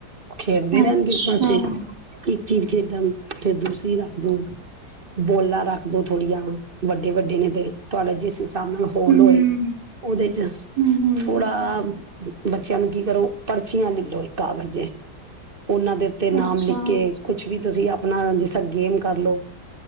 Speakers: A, on the right; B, on the right.
A: ਖੇਡਦੇ
B: ਅੱਛਾ
A: ਰਹਿਣਗੇ ਇੱਕ ਪਾਸੇ
B: ਹਮ
A: ਇੱਕ ਚੀਜ਼ ਖੇਡਾਂ ਨੂੰ ਫਿਰ ਦੂਸਰੀ ਰੱਖਦੋ ਬੋਲਾਾਂ ਰੱਖਦੋ ਥੋੜੀੀਆਂ ਵੱਡੇ ਵੱਡੇ ਨੇ ਤੇ ਤੁਹਾਡਾ ਜਿਸ ਸ਼ਾਮ ਮਾਹੌਲ
B: ਹਮ
A: ਹੋਏ ਉਹਦੇ ਚ
B: ਹਮ
A: ਥੋੜਾ ਬੱਚਿਆਂ ਨੂੰ ਕੀ ਕਰੋ ਪਰਚੀਆਂ ਲੈਲੋ ਇੱਕ ਕਾਗਜ਼ੇ ਉਹਨਾਂ ਦੇ ਉੱਤੇ ਨਾਮ
B: ਅੱਛਾ
A: ਲਿਖ ਕੇ ਕੁਛ ਵੀ ਤੁਸੀਂ ਆਪਣਾ ਜਿਸ ਤਰ ਗੇਮ ਕਰਲੋ